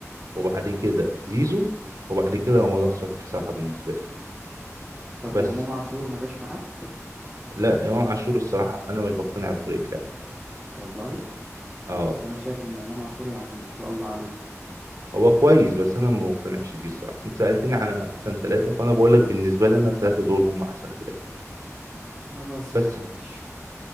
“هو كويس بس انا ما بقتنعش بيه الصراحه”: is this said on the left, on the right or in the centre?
Right